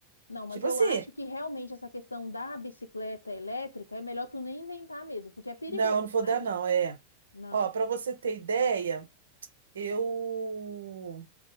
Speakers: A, on the left; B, on the right.
A: Não, mas
B: Tipo
A: eu
B: assim,
A: acho que realmente essa questão da bicicleta elétrica é melhor tu nem inventar mesmo, porque é perigoso,
B: não, não vou
A: né?
B: dar, não, é.
A: Não.
B: Ó, pra você ter ideia, eu